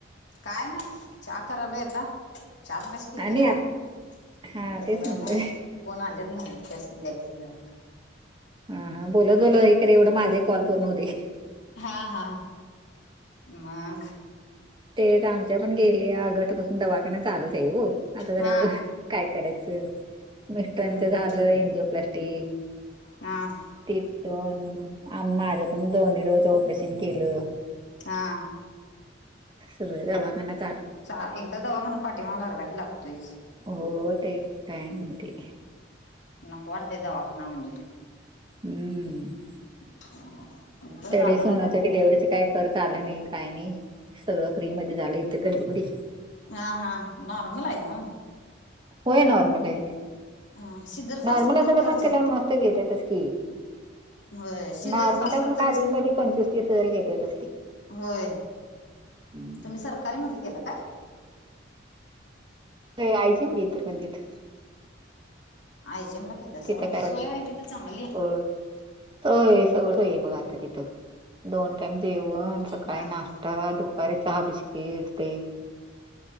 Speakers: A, on the left; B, on the right.
A: काय नाय चहा करालोय आता चहा मगाशी केलेला
B: आणि
A: आता
B: हा तेच
A: जरा
B: म्हटलं
A: बाहेर कोण आलेत बाहेर त्यासनी द्यायचं जरा.
B: हा बोलत बोलत हे एवढं माझे कॉल पूर्ण होऊ दे.
A: हा हा, मग
B: ते तर आमच्या पण गेले आगटपासून दवाखान्यात चालूच आहे हो आता जरा
A: हा
B: काय करायचं मिस्टरांच
A: हम्म
B: झालं एन्जिओप्लास् टी
A: आं
B: तिथून माझं पण दोन्ही डोळ्याचा ऑपरेशन केलं.
A: हा.
B: सगळे दवाखान्यात
A: चहा एकदा दवाखाना पाठीमागं लागला की लागतोयच.
B: हो ते टाइम मधी.
A: नको वाटतेय दवाखाना म्हणजे.
B: हम्म.
A: <unintelligible>
B: तरी
A: जाणार
B: सुनाच्या
A: आहे आता बघू
B: डिलिवरीचे काय खर्चा आलं नाही काय नाही सगळं फ्री मध्ये झालं <unintelligible> मध्ये.
A: हा हा नॉर्मल हाय ना.
B: होय नॉर्मल आहे
A: अ शिजरच
B: नॉर्मल असलं तर
A: खर्च
B: पण तिला मस्त घेतेेतच की.
A: होय सिझरचा
B: नॉर्मलला
A: असलं
B: पण
A: तर
B: खाजगी मध्ये पंचवीस तीस हजार घेतेतच ते.
A: होय
B: हम्म.
A: तुम्ही सरकारीमध्ये केला का.
B: ते आय जे एम इचलकरंजीत.
A: आय जे एम ला केलासा
B: तिथं
A: होय
B: काय
A: सोय हाय तिथ चांगली.
B: हो. सोय सगळं सोय बघा आता तिथं दोन टाईम जेवण सकाळी
A: हा हा
B: नाश्ता दु पारी चहा बिस्किट ते.